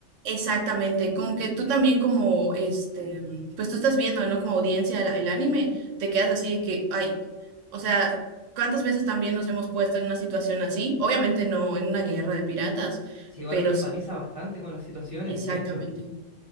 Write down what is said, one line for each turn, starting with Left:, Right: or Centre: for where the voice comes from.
Right: Exactamente, como que tú también como, este, pues tú estás viendo, ¿no? Como audiencia el, el anime, te quedas así de que, ay, o sea, ¿cuántas veces también nos hemos puesto en una situación así? Obviamente no en una guerra de piratas,
Left: Sí, igual
Right: pero
Left: uno empatiza
Right: sí,
Left: bastante con las situaciones,
Right: exactamente.
Left: mucho.